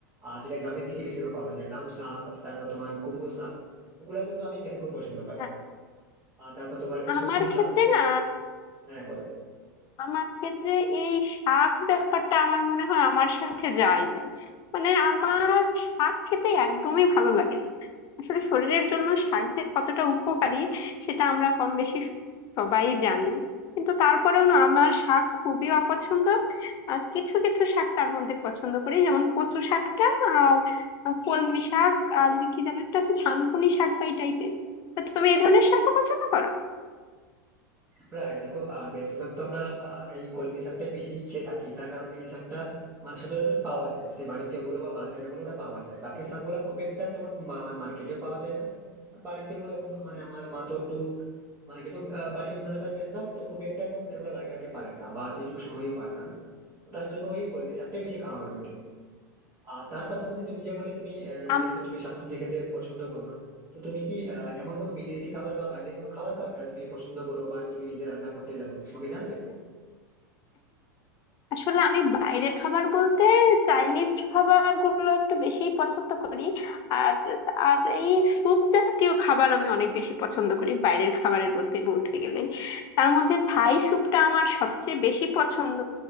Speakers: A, on the right; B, on the left.
A: আর যেটা গ্রামের দিকে বেশিরভাগ পাওয়া যায় লাউ শাক তারপর তোমার কুমড়ো শাক এগুলো কিন্তু আমি খেতে খুব পছন্দ পাই
B: আ-
A: আর তারপর তোমার হচ্ছে
B: আমার
A: শুষনি
B: ক্ষেত্রে
A: শাক তো
B: না
A: হ্যাঁ বলো
B: আমার ক্ষেত্রে এই শাক ব্যাপারটা আমার মনে হয় আমার সাথে যায় না মানে আমার শাক খেতে একদমই ভালো লাগে না আসলে শরীরের জন্য শাক যে কতটা উপকারী সেটা আমরা কম বেশি সবাই জানি কিন্তু তারপরেও না আমার শাক খুবই অপছন্দ আহ, কিছু কিছু শাক তার মধ্যে পছন্দ করি যেমন কচু শাকটা আর কলমি শাক আর এই কি যেন একটা আছে থানকুনি শাক বা এই টাইপের তুমি এই ধরনের শাকও পছন্দ করো
A: প্রায় দেখো আহ, বেশিরভাগ তো আমরা আহ, এই কলমি শাকটাই বেশি খেয়ে থাকি তার কারণ এই শাকটা মানে সচরাচর পাওয়া যায় সে বাড়িতে বলো বা বাজারে বলো ওটা পাওয়া যায় বাকি শাকগুলো খুব একটা তেমন মার্কেটেও পাওয়া যায় না আর বাড়িতেও এখন মানে আমার মা তো একটু মানে কি একটু আহ, বাড়ির অন্যান্য কাজে ব্যস্ত থাকে তো খুব একটা এখন এগুলো লাগাতে পারেন না বা সেইটুকু সময়ও পান না তো তার জন্য ওই কলমি শাকটাই বেশি খাওয়া হয়ে ওঠে আর তার পাশাপাশি তুমি যে বললে তুমি আহ,
B: আম-
A: যেহেতু তুমি শাকসবজি খেতে পছন্দ করো না তো তুমি কি আহ, এমন কোনো বিদেশি খাবার বা বাইরে কোনো খাবার খাও যেটা তুমি পছন্দ করো বা যে তুমি নিজে রান্না করতে জানো আমাকে জানাবে
B: আসলে আমি বাইরের খাবার বলতে চাইনিজ খাবার গুলো একটু বেশি পছন্দ করি আর আর এই স্যুপ জাতীয় খাবার আমি অনেক বেশি পছন্দ করি বাইরের খাবারের মধ্যে বলতে গেলে তার মধ্যে থাই স্যুপটা আমার সবচেয়ে বেশি পছন্দ